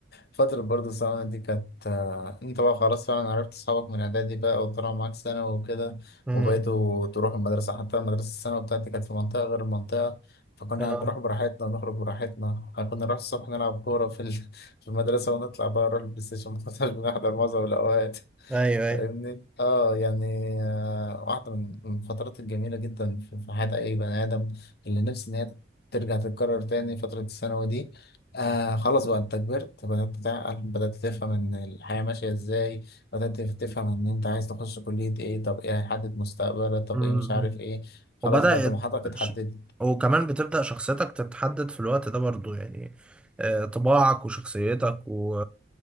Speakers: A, on the left (about 55°); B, in the centre.
A: فترة برضه الثانوي دي كانت آه، انت بقى خلاص فعلا عرفت اصحابك من اعدادي بقى وطلعوا معاك ثانوي وكده
B: مم.
A: وبقيتوا تروحوا المدرسة حتى المدرسة الثانوي بتاعتي كانت في منطقة غير المنطقة فكنا
B: آه.
A: بنروح براحتنا ونخرج براحتنا كنا نروح الصبح نلعب كورة في ال- <laughs> في المدرسة ونطلع بقى نروح البلاي ستيشن ما كناش بنحضر معظم الأوقات
B: ايوه ايوه
A: فاهمني اه يعني آه واحدة من من الفترات الجميلة جدا في في حياة أي بني آدم اللي نفسي إن هي ترجع تتكرر تاني فترة الثانوي دي آه خلاص بقى أنت كبرت بدأت تعقل بدأت تفهم إن الحياة ماشية إزاي بدأت تفهم إن أنت عايز تخش كلية إيه طب إيه هيحدد مستقبلك طب
B: مم.
A: إيه مش عارف إيه خلاص
B: وبدأت
A: بقى طموحاتك اتحددت
B: ش- وكمان بتبدأ شخصيتك تتحدد في الوقت ده برضو يعني آه، طباعك وشخصيتك و